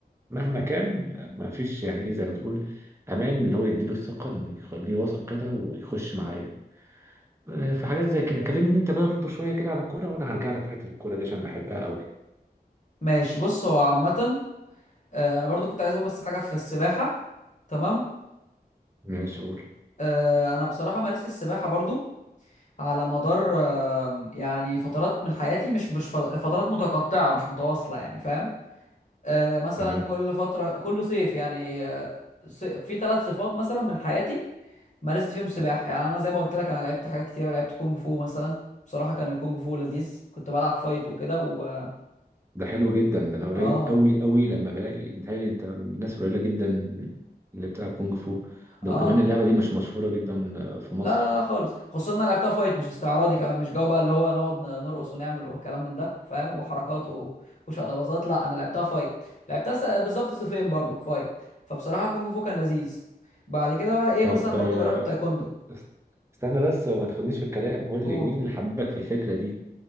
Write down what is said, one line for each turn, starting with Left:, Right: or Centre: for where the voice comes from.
Right: مهما كان ما فيش يعني ايه زي ما تقول امان اللي هو يديله الثقه ان يخليه واثق كده ويخش معايا آه، في حاجات زي كده كلمني انت برضه شويه كده عن الكوره وانا هرجع لك في حته الكوره دي عشان بحبها قوي
Left: ماشي بص هو عامه آه، انا برضو كنت عايز اقول بس حاجه في السباحه تمام
Right: ماشي قول
Left: آه، انا بصراحه مارست السباحه برضو على مدار آه، يعني فترات من حياتي مش مش ف- فترات متقطعه مش متواصله يعني فاهم آه، مثلا
Right: تمام
Left: كل فتره كل صيف يعني آه، ص- في ثلاث صفات مثلا من حياتي مارست فيهم سباحه يعني انا زي ما قلت لك انا لعبت حاجات كتيره لعبت كونج فو مثلا بصراحه كان الكونج فو لذيذ كنت بلعب فايت وكده و
Right: ده حلو جدا ده انا قليل
Left: اه
Right: قوي قوي لما بلاقي انت انت من الناس قليله جدا اللي بتلعب كونج فو ده
Left: اه
Right: وكمان اللعبه دي مش مشهوره جدا آه، في مصر
Left: لا لا لا خالص خصوصا ان انا لعبتها فايت مش استعراضي كمان مش جو بقى اللي هو نقعد ن- نرقص ونعمل وكلام من ده فاهم وحركات و- وشقلباظات لا انا لعبتها فايت لعبتها س- بالظبط صفين برضو فايت فبصراحه كونج فو كان لذيذ بعد كده بقى ايه
Right: طب
Left: مثلا برضو
Right: آه،
Left: جربت تايكوندو
Right: است- استنى بس وما تاخدنيش في الكلام قول
Left: اوه
Right: لي مين اللي حببك في الفكره دي